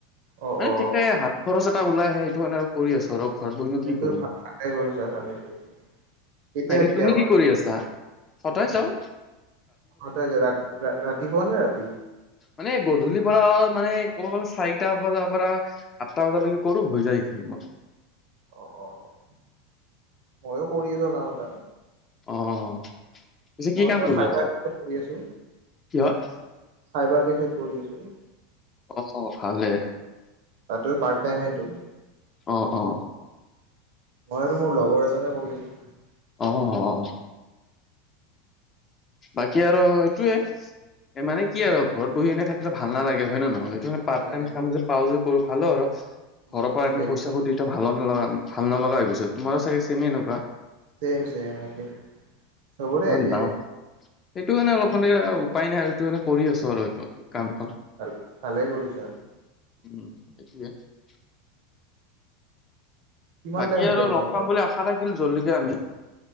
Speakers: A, on the right; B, on the left.
A: অ
B: মানে
A: অ
B: ঠিক তোকে হাত খৰচ এটা ওলাই আহে এইেটো কাৰানে কৰি আছো আৰু। ঘৰত বহিনো
A: সেইটো
B: কি কৰিম।
A: ভ - ভালে কৰিছা ভালে কৰিছা। কেতিয়া
B: বাকী
A: কেতিয়া
B: তুমি
A: কৰা
B: কি কৰি আছা? সদায় চাও।
A: অ ত যে ৰাতি <inaudible> নে ৰাতি
B: মানে গধূলিৰ পৰা মানে ক'ব গলে চাৰিটা বজাৰ পৰা আঠটা বজালৈকে কৰো হৈ যায় এইখিনি মই
A: অ' অ' ময়ো কৰি আছো কাম এটা।
B: অ' পিছে
A: মই
B: কি কাম
A: তোমাৰ
B: কৰি
A: চাইবাৰ
B: আছা?
A: কেফেত কৰি আছো
B: কিহঁত?
A: চাইবাৰ কেফেড কৰি আছোঁ।
B: অহ, ভালে।
A: তাতো পাৰ্ট টাইমেইটো?
B: আহ, অ'।
A: মই আৰু মোৰ লগৰ এজনে কৰি আছোঁ।
B: অ'। বাকী আৰু সেইটোয়ে। এ, মানে কি আৰু ঘৰত বহি এনেই থাকিলে ভাল নালাগে হয়নে নয়? অ' সেইটোৱে,
A: ভাল
B: পাৰ্ট
A: নালাগে
B: টাইম কাম যে পাওঁ যে কৰো ভাল আৰু ঘৰৰ
A: উম
B: পৰা
A: ঠিকেই
B: এনে পইচা
A: কৈছা
B: খুজিটো ভালো নালাগে। ভাল নলগা হৈ গৈছে, তোমাৰো চাগে চেমে এনেকুৱা।
A: চেম চেম একে চবৰে
B: ইমান
A: একে।
B: দাম সেইটো কাৰণে অলপ মানে উপায় নাই আৰু সেইটো কাৰে কৰি আছো আৰু কামখন।
A: ভাল ভালে কৰিছা।
B: <unintelligible>
A: কিমান
B: বাকী
A: টাইম
B: আৰু
A: হৈ গ'ল তোমাৰ
B: লগ পাম
A: কৰা
B: বুলি আশা থাকিল জলদিকে আমি।